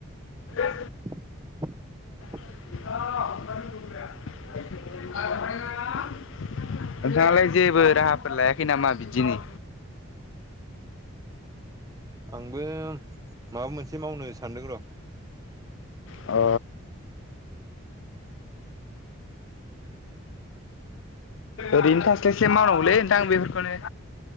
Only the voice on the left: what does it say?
<inaudible> <inaudible> नोंथाङालाय जेबो राहाफोर लायाखै नामा बिदिनि?
अ ओरैनो थास्लायस्लाय मावनांगौलै नोंथां बेफोरखौनो।